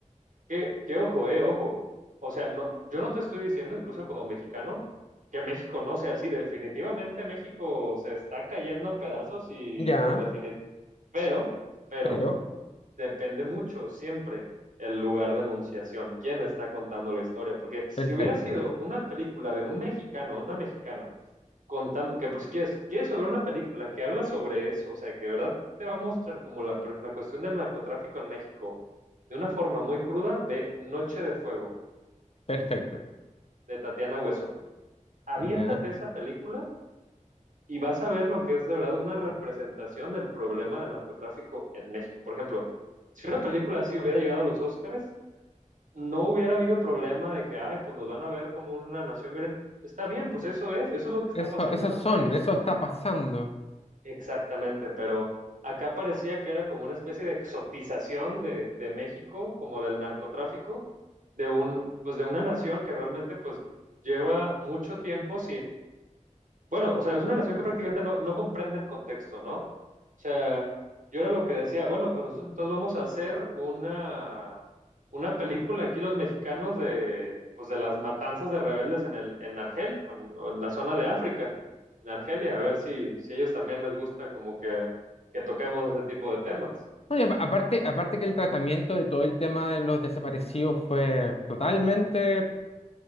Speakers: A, on the right; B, on the left.
A: Que, que ojo, eh, ojo. O sea, no, yo no te estoy diciendo, incluso como mexicano, que México no sea así. Definitivamente México se está cayendo a pedazos y
B: Ya,
A: pues definitivamente. Pero, pero,
B: pero,
A: depende mucho siempre el lugar de enunciación, quién está contando la historia. Porque si
B: perfecto,
A: hubiera sido una película de un mexicano, una mexicana, contando, que por si quieres, quieres ver una película que habla sobre eso, o sea, que de verdad te va a mostrar como la, la cuestión del narcotráfico en México de una forma muy cruda, de Noche de Fuego
B: perfecto.
A: de Tatiana Hueso. Aviéntate
B: Ya,
A: esa película y vas a ver lo que es de verdad una representación del problema del narcotráfico en México. Por ejemplo, si una película así hubiera llegado a los Oscars, no hubiera habido problema de que, ay, pues nos van a ver como una nación violenta. Está bien, pues eso es, eso es lo que está
B: eso,
A: pasando
B: esos
A: en el
B: son,
A: país.
B: eso está pasando.
A: Exactamente, pero acá parecía que era como una especie de exotización de, de México, como del narcotráfico, de un, pues de una nación que realmente pues lleva mucho tiempo bueno, o sea, es una nación que prácticamente no, no comprende el contexto, ¿no? O sea, yo era lo que decía, bueno, pues nosotros entonces vamos a hacer una, una película aquí los mexicanos de, pues de las matanzas de rebeldes en, el, en Argel, o en, o en la zona de África, en Argelia, a ver si, si a ellos también les gusta como que, que toquemos ese tipo de temas.
B: No, y apa- aparte, aparte que el tratamiento de todo el tema de los desaparecidos fue totalmente